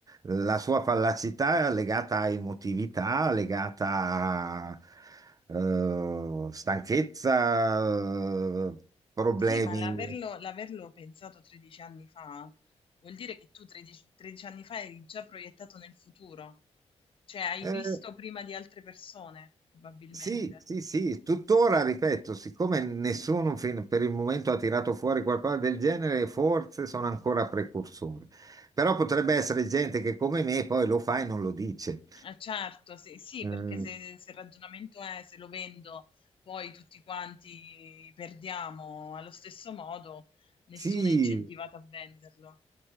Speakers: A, on the right; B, on the left.
A: La sua fallacità è legata a emotività, legata a eh, stanchezza, eh, problemi.
B: sì, ma l'averlo l'averlo pensato 13 anni fa, vuol dire che tu 13 13 anni fa eri già proiettato nel futuro. Cioè, hai
A: eh,
B: visto prima di altre persone, probabilmente.
A: Sì, sì, sì, tuttora ripeto, siccome nessuno fin- per il momento ha tirato fuori qualcosa del genere, forse sono ancora precursori. Però potrebbe essere gente che come me poi lo fa e non lo dice.
B: Eh certo, sì, sì,
A: Mm,
B: perché se, se il ragionamento è se lo vendo poi tutti quanti perdiamo allo stesso modo, nessuno
A: sì,
B: è incentivato a venderlo.